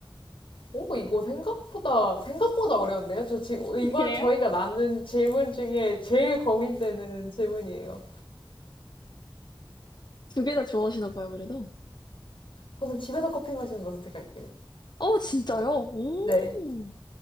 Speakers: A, on the left; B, on the left.
A: 오, 이거 생각보다, 생각보다 어려운데요? 저 지금, 이번
B: <laughs> 그래요?
A: 저희가 나눈 질문 중에 제일 고민되는 질문이에요.
B: 두 개 다 좋아하시나 봐요, 그래도.
A: 저는 집에서 커피 마시는 거 선택할게요.
B: 어, 진짜요? 오.
A: 네.